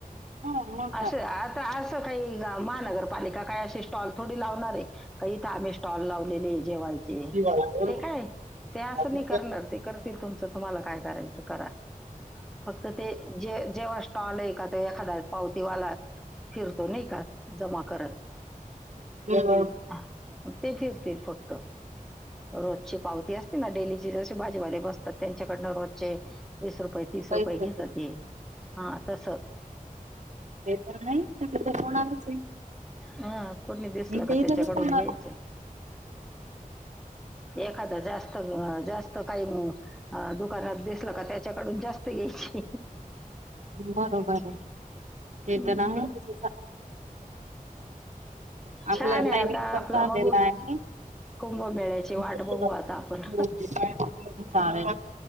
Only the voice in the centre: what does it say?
असं आता असं काही महानगरपालिका काय अशे स्टॉल थोडी लावणार आहे का इथं आम्ही स्टॉल लावलेले जेवायचे
ते काय ते असं
नही करणार. ते करतील तुमचं तुम्हाला काय करायचं करा फक्त ते जे जेव्हा स्टॉल आहे का तो एखादा पावतीवाला फिरतो नाही का? जमा करत
हा, ते फिरतील फक्त रोजची पावती असते ना डेलीची जशी भाजीवाले बसतात त्यांच्याकडन रोजचे वीस रुपये तीस रुपये
घेतात ये हा तसं
हा कोणी दिसला
का
त्याच्याकडून
घ्यायचं एखादा जास्त जास त काही दुकानात दिसलं का त्याच्याकडून जास्त घ्यायचे
हं.
छान आहे
आता
आपलं
बघू
कुंभमेळ्याची वाट
बघू आता आपण.